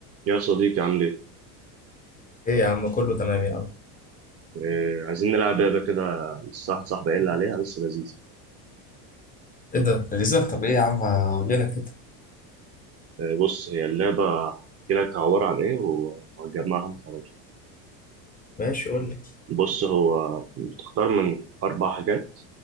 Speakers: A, on the right (about 30°); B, on the left (about 20°).
A: يا صديقي عامل ايه؟
B: ايه يا عم كله تمام يا عم
A: آه، عايزين نلعب لعبة كده لسه واحد صاحبي قال لي عليها لسه لذيذة.
B: ايه ده لذيذة طب ايه يا عم قول لنا كده
A: آه، بص هي اللعبة هحكي لك عبارة عن ايه وهتجمعها انت على طول.
B: ماشي قول لي
A: بص هو بتختار من أربع حاجات